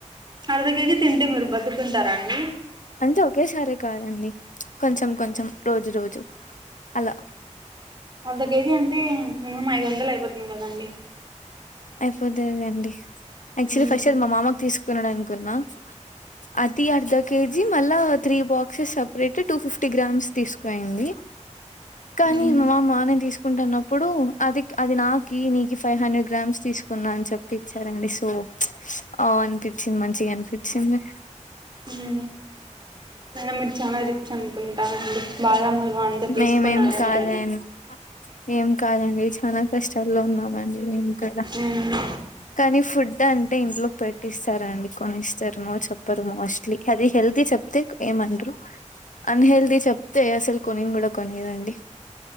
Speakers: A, on the right (about 35°); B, on the left (about 80°).
A: అర్ధ కేజీ తింటే మీరు బతుకుంటారాండి
B: అంటే ఒకేసారే కాదండి కొంచెం కొంచెం రోజు రోజు అలా
A: అర్ధ కేజీ అంటే మినిమం ఐదు వందలు అయిపోతుంది కదండి
B: అయిపోతదండి యాక్చువల్లీ
A: మ్మ్
B: ఫస్ట్ అది మా మామకు తీసుకున్నాడు అనుకున్నా అది అర్ధ కేజీ మళ్ళా three boxes separate two fifty grams తీసుకుయింది కానీ
A: మ్మ్
B: మా మానే తీస్ కుంటున్నప్పుడు అది అది నాకి నీకి ఫైవ్ హండ్రెడ్ గ్రామ్స్ తీసుకున్న అని చెప్పి వచ్చారండి సో ఆ అనిపించింది మంచిగా అనిపించింది
A: ఉహు నేను మీరు చాలా రిచ్ అనుకుంటానడి బాదమలు అంతా తీసుకున్నారంటే
B: మేమేం కాదండి ఏం కాదండి చనా కష్టాల్లో ఉన్నా మ ఇంకా
A: మ్మ్
B: కానీ ఫుడ్ అం టె ఇంట్లో పెట్టిస్తారుండి కొనిస్తారు నో చెప్పరు మోస్ట్లీ అది హెల్తీ చెప్తే ఏమన్రూ అన్హెల్దీ చెప్తే అసలు కొనింకూడ కొనియదండి